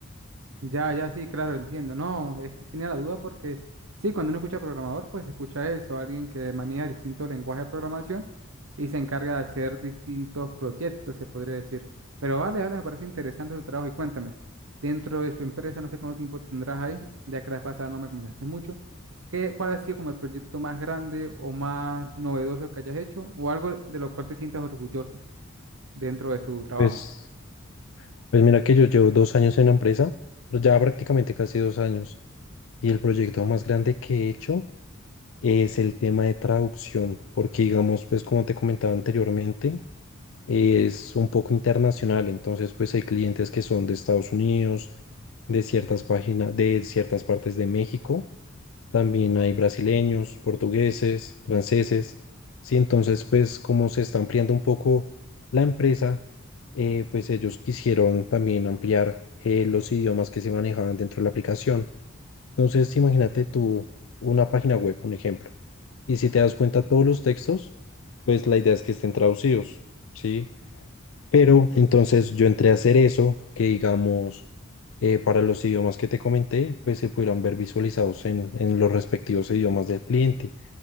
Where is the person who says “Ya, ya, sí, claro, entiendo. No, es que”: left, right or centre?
Right